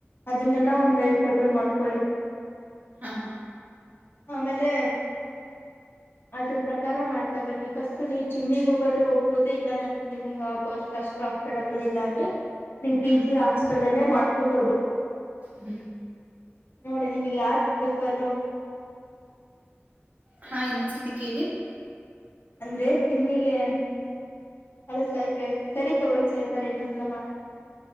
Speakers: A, on the left; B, on the right.
A: ಅದನ್ನೆಲ್ಲ ಒಂದ ಟೈಮ್ ಟೇಬಲ್ ಮಾಡ್ಕೊಳ್ಳಿ
B: ಹಾ
A: ಆಮೇಲೆ ಅದ್ರ ಪ್ರಕಾರ ಮಾಡ್ತಾ ಬನ್ನಿ ಫಸ್ಟ್ ಜಿಮ್ಮಿಗೆ ಹೋಗದ್ರೆ ಹೋಗ್ಬದು ಇಲ್ಲ ನನ್ ಜಿಮ್ಮಿಗೆ ಆಗಕೋಷ್ಟಟ್ ಅಷ್ಟು ಅಂಫರ್ಟಬಲ್ ಇಲ್ಲ ಆದ್ರೆ ನೀವು ಪಿ
B: ಹ್ಮ್
A: ಜಿ ಹಾಸ್ಟೆಲ್ ಅಲ್ಲೇ ಮಾಡ್ಕಬೋದು
B: ಹ್ಮ್
A: ನೋಡಿ ನಿಮಗೆ ಯ ವಿರಿಫರ್ೋ <unintelligible>
B: ಹಾ ಇನ್ನೊಂದ್ ಸತಿ ಕೇಳಿ
A: ಅಂದ್ರೆ ಚಿಮ್ಮಿಗೆ ಅದ ಸಕ ಸರಿ ತಗೊಳ ಸ ನಾನು ಇನ್ನೊಂದ್ಸಲ ಮಾಡ್ತಿದ್ದೀನಿ